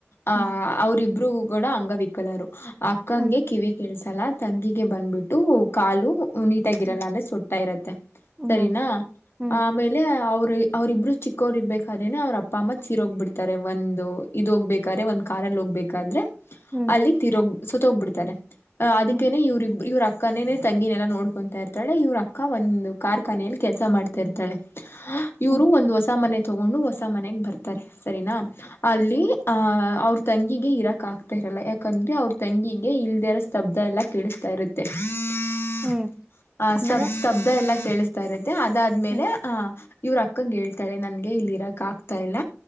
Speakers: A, on the left (about 50°); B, on the right (about 15°).
A: ಆ.
B: ಹ್ಮ್
A: ಅವ್ರಿಬ್ರಗೂ ಕೂಡ ಅಂಗವಿಕಲರು ಅಕ್ಕಗೆ
B: ಹ್ಮ್
A: ಕಿವಿ. ಕೇಸಲ್ಲ ತಗ್ಂಗಿಗೆ ಬಂದ್ಬಿಟ್ಟು ಕಾಲು ನೀಟಾಗಿರಲ್ಲ
B: ಹ್ಮ್
A: ಅಂದ್ರೆ ಸುಟ್ಟ ಇರತ್ತೆ.
B: ಹ್ಮ್
A: ಸರಿನಾ
B: ಹ್ಮ್
A: ಆಮೇಲೆ. ಅವ್ರರು ಅವ್ರ ಇಬ್ಬರು ಚಿಕ್ಕೋರು ಇರ್ಬೇಕಾದ್ರೇನೆ ಅವ್ರ ಅಪ್ಪ ಅಮ್ಮ ತೀರಿ ಹೋಗ್ಬಿಡ್ತಾರೆ ಒಂದು. ಇದು ಹೋಗ್ಬೇಕಾದ್ರೆ ಒಂದ್ ಕಾರಲ್ಲಿ ಹೋಗ್ಬೇಕಾದ್ರೆ.
B: ಹ್ಮ್
A: ಅಲ್ಲಿ ತೀರೋಗ ಸತೋಗ್ಬಿಡ್ತಾರೆ ಅ ಅದಕ್ಕೇನೆ
B: ಹ್ಮ್
A: ಇವ್ರಬ್ ಇವ್ರು. ಅಕ್ಕನೇನೇ ತಂಗಿನೆಲ್ಲಾ ನೋಡ್ಕೊತಾ ಇರ್ತಾಳ ಇವ್ರ ಅಕ್ಕ ಒಂದು ಕಾರ್ಖಾನೆಯಲ್ಲಿ ಕೆಲಸ ಮಾಡ್ತಾ ಇತಾಳೆ. ಇವರು
B: ಹ್ಮ್
A: ಒಂದ್ ಹೊಸ ಮನೆ ತಗೊಂಡು ಹೊಸ ಮನೆಗ್ ಬರ್ತಾರೆ ಸರಿನಾ ಅಲ್ಲಿ.
B: ಹ್ಮ್
A: ಆ ಅವ್ರ ತಂಗಿಗೆ ಇರಾಕ್ ಆಗ್ತಾ ಇರಲ್ಲ ಯಾಕಂದ್ರೆ ಅವ್ರ ತಂಗಿಗೆ ಇಲ್ದರೋ ಸ್ತಬ್ದ ಎಲ್ಲ ಕೇಳಿಸ್ತಾ ಇರುತ್ತೆ. <unintelligible>
B: ಹ್ಮ್
A: ಆ
B: ಆಮೇಲೆ
A: ಸ್ತಬ್ದ ಎಲ್ಲ ಕೇಳಿಸ್ತಾ ಇರುತ್ತೆ ಅದಾದ್ಮೇಲೆ
B: ಹ್ಮ್
A: ಆಹ. ಇವ್ರ ಅಕ್ಕಂಗಗೆ ಹೇಳ್ತಾಳೆ ನನ್ಗೆ ಇಲ್ಲಿ ಇರಕ್ ಆಗ್ತಾ ಇಲ್ಲ.